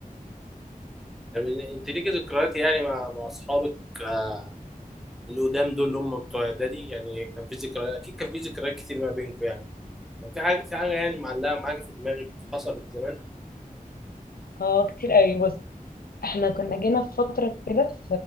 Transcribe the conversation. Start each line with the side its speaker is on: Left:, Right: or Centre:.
Centre: طب انت ليكي ذكريات يعني مع مع اصحابك آه، اللي قدام دول اللي هم بتوع اعدادي يعني كان في ذكريات اكيد كان في ذكريات كتير ما بينكم يعني كان في حاجه في حاجه يعني معلقه معاكي في دماغك حصلت زمان
Left: اه كتير قوي بص احنا كنا جينا في فترة كده